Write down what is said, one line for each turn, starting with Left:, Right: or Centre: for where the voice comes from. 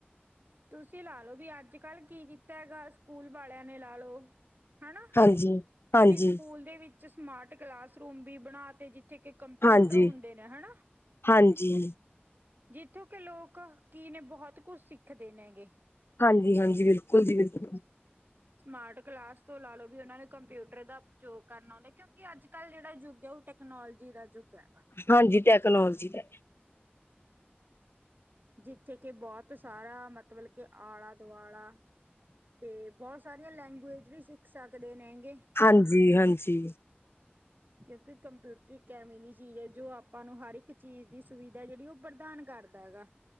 Right: ਤੁਸੀਂ ਲਾ ਲੋ ਵੀ ਅੱਜ ਕੱਲ ਕੀ ਕੀਤਾ ਗਾ ਸਕੂਲ ਵਾਲਿਆਂ ਨੇ ਲਾ ਲਓ ਹਨਾ।
Left: ਹਾਂਜੀ। ਹਾਂਜੀ
Right: ਬਈ ਸਕੂਲ ਦੇ ਵਿੱਚ ਸਮਾਰਟ ਕਲਾਸਰੂਮ ਵੀ ਬਣਾ ਤੇ ਜਿੱਥੇ ਕਿ ਕੰਪਿਊਟਰ
Left: ਹਾਂਜੀ
Right: ਹੁੰਦੇ ਨੇ ਹਨਾ?
Left: ਹਾਂਜੀ
Right: ਜਿੱਥੋਂ ਕਿ ਲੋਕ ਕੀ ਨੇ ਬਹੁਤ ਕੁਛ ਸਿੱਖਦੇ ਨੇ ਗੇ।
Left: ਹਾਂਜੀ ਹਾਂਜੀ ਬਿਲਕੁਲ ਜੀ ਬਿਲਕੁਲ।
Right: ਸਮਾਰਟ ਕਲਾਸ ਤੋਂ ਲਾ ਲਓ ਵੀ ਉਹਨਾਂ ਨੂੰ ਕੰਪਿਊਟਰ ਦਾ ਉਪਯੋਗ ਕਰਨਾ ਆਉਦਾ ਕਿਉਂਕਿ ਅੱਜ ਕੱਲ੍ਹ ਜਿਹੜਾ ਯੁੱਗ ਐ ਉਹ ਟੈਕ ਕਨੋਲੋਜੀ ਦਾ ਯੁੱਗ ਹੈਗਾ।
Left: ਹਾਂਜੀ ਟੈਕਨੋਲੋਜੀ ਦਾ
Right: ਜਿੱਥੇ ਕਿ ਬਹੁਤ ਸਾਰਾ, ਮਤਲਬ ਕੇ ਆਲਾ- ਦੁਆਲਾ ਤੇ ਬਹੁਤ ਸਾਰੀਆਂ ਲੈਂਗੁਏਜ ਵੀ ਸਿੱਖ ਸਕਦੇ ਨੇ ਹੈਗੇ
Left: ਹਾਂਜੀ- ਹਾਂਜੀ
Right: ਕਿਉਂਕਿ ਕੰਪਿਊਟਰ ਇੱਕ ਐਵੇਂ ਚੀਜ਼ ਹੈ ਜੋ ਆਪਾਂ ਨੂੰ ਹਰ ਇੱਕ ਚੀਜ਼ ਦੀ ਸੁਵਿਧਾ ਜਿਹੜੀ ਉਹ ਪ੍ਰਦਾਨ ਕਰ ਹੈਗਾ